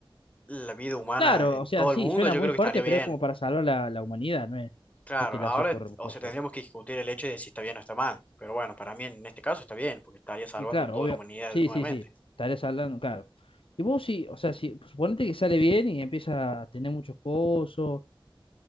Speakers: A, on the left; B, on the left.
A: la vida humana
B: Claro,
A: en
B: o sea,
A: todo
B: sí,
A: el mundo,
B: suena
A: yo
B: muy
A: creo
B: fuerte,
A: que estaría
B: pero
A: bien.
B: es como para salvar la, la humanidad, no es,
A: Claro,
B: no es que lo
A: ahora,
B: haces por
A: o
B: cosas.
A: sea, tendríamos que discutir el hecho de si está bien o está mal. Pero bueno, para mí en este caso está bien, porque estaría salvando
B: Y claro,
A: toda
B: obvio,
A: la humanidad
B: sí,
A: nuevamente.
B: sí, sí, estaré saldando, claro. Y vos sí, o sea, si suponete que sale bien y empieza a tener muchos cosos,